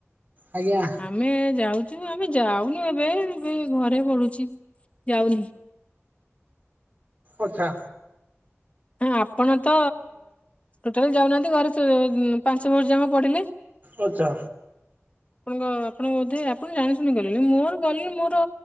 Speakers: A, on the right; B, on the left.
A: ଆଜ୍ଞା
B: ଆମେ ଯାଉଚୁ ଆମେ ଯାଉନୁ ଏବେ ଏବେ ଘ ରେ ପଢୁଚି। ଯାଉନି।
A: ଆଛା।
B: ଉଁ ଆପଣ ତ ଟୋଟାଲ ଯାଉନାହାନ୍ତି ଘରେ ଏ ପାଞ୍ଚ ବର୍ଷ ଯାଁକ ପଢ଼ିଲେ।
A: ଆଚ୍ଛା
B: ଆପଣଙ୍କ ଆପଣଙ୍କ ବୋଧେ ଆପଣ ଜାଣି <unintelligible> ମୋର ଗଲି ମୋର